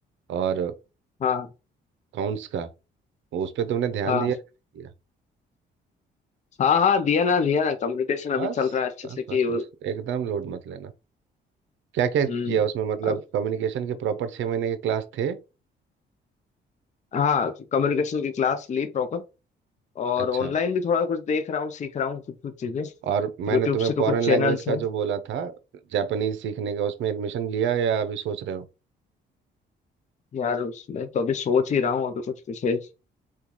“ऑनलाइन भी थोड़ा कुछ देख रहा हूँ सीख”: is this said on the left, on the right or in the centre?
Left